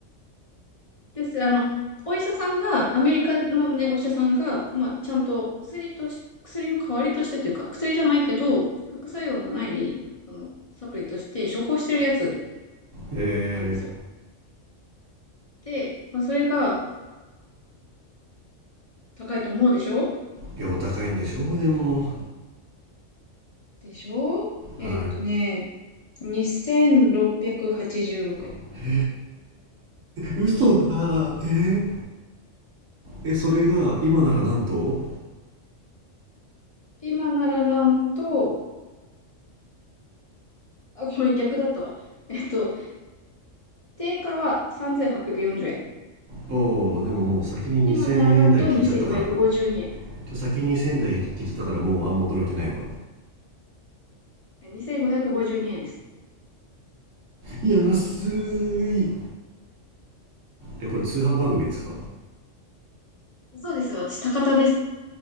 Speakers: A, on the left; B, on the right.
A: です。あの、お医者さんが、アメリカのね、お医者さんが、まあ、ちゃんと薬とし、薬の代わりとしてというか、薬じゃないけど、副作用のない、その、サプリとして処方してるやつ
B: え
A: なんですよ。で、まあ、それが高いと思うでしょ
B: ーいやお高いんでしょうでも
A: でしょえーっとね、
B: は
A: 2686円。
B: いへえー嘘だえーえそれが今ならなんと
A: 今ならなんと、あ、ごめん、逆だったわ。えっと、定価は3840円。
B: おおでももう先に2000円台聞いちゃったからな
A: 今ならなんと2552円。
B: ちょ先に2000円台聞いちゃったからもうあんま驚きないわ
A: 2552円です。
B: 安いえこれ通販番組ですか
A: そうです。私、高田です。